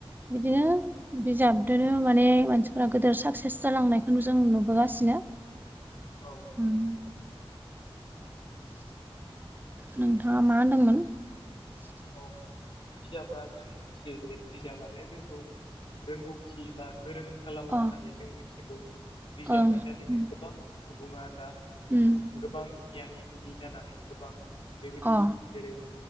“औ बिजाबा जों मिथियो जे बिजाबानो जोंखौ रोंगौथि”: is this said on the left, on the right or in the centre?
Left